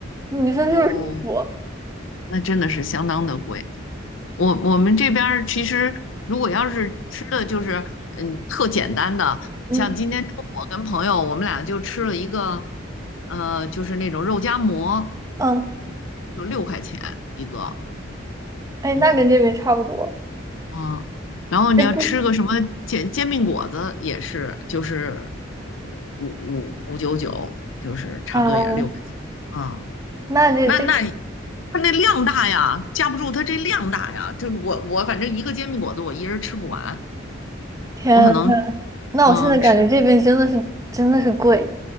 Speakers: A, on the right; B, on the left.
A: 你说是不是离谱？
B: 哦，那真的是相当的贵。我我们这边儿其实如果要是吃的就是嗯特简单的，
A: 嗯
B: 像今天中午我跟朋友我们俩就吃了一个，呃，就是那种肉夹馍，
A: 嗯，
B: 就六块钱一个。
A: 哎，
B: 嗯，
A: 那跟这边差不多。
B: 嗯，然后你要吃个什么煎煎饼果子也是，
A: 这不，
B: 就是五五五九九，就是差不多也是六块钱啊。
A: 啊，那这这
B: 那那你它那量大呀，架不住它这量大呀。就我我反正一个煎饼果子我一人吃不完，
A: 天，
B: 我可能
A: 那我现在感觉这边真的是真的是贵，
B: 嗯吃